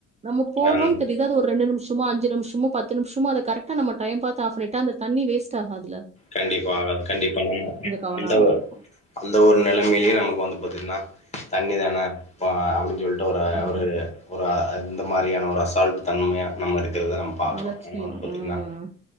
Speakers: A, on the right; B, on the left.
A: நம்ம போட்றோ
B: அந்
A: தெரியுது அது ஒரு ரெண்டு நிமிஷ சும்ம அஞ்ச நிமிஷமோ பத்து நிமிஷமோ கரெ்ட நம்ம டைம் பார்த்து ஆப் பண்ணிட்டா அந்தண்ணி வேஸ்ட ஆகாதுல
B: கண்டிப்பா ஆகாது கண்டிப்பா நம்ம
A: கவனமா
B: அந்த
A: இருக்கணும்.
B: அந்த ஒரு நெலமயிலயே நமக்கு வந்து பாத்தீங்கன்னா தண்ணி தானே ப அப்டின்னு சொல் ஒர
A: ம்.
B: ஒரு ஒர இந்த மாரியான ஒரு அசால்ட் தன்மையா நம்ம இரு க்கரத நம்ம பாக்றோம்
A: அலட்சியம்.
B: என்னா பாத்தீங்கன்னா
A: ம்.